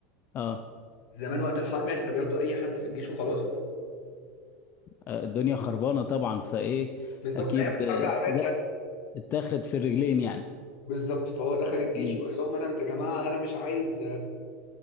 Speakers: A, on the left (about 30°); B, on the left (about 60°).
A: اه
B: زمان وقت الحرب يعني كانوا بياخدوا اي حد في الجيش وخلاص
A: آه، الدنيا خربانة طبعا فايه
B: بالظبط
A: اكيد
B: ايام الحرب
A: آه،
B: العالميه
A: ده اتاخد في الرجلين يعني
B: بالظبط فهو دخل الجيش
A: امم
B: قال لهم انا يا جماعه انا مش عايز